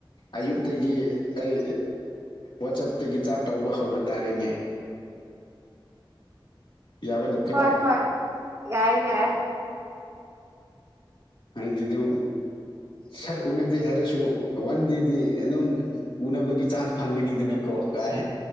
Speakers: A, on the left; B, on the right.
A: ꯑꯌꯨꯛꯇꯒꯤ ꯑꯩ ꯋꯥꯆꯞꯇꯒꯤ ꯆꯥꯔꯠ ꯇꯧꯕ ꯍꯧꯕ ꯇꯥꯔꯦꯅꯦ ꯌꯥꯕ ꯅꯠꯇ꯭ꯔꯣ
B: ꯍꯣꯏ ꯍꯣꯏ ꯌꯥꯏ ꯌꯥꯏ
A: ꯑꯩꯗꯤ ꯑꯗꯨꯝ ꯁꯛ ꯎꯅꯗꯦ ꯍꯥꯏꯔꯁꯨ ꯋꯥꯟ ꯗꯦꯗꯤ ꯑꯗꯨꯝ ꯎꯅꯕꯒꯤ ꯆꯥꯟꯁ ꯐꯪꯒꯅꯤꯗꯅꯀꯣ ꯀꯥꯏ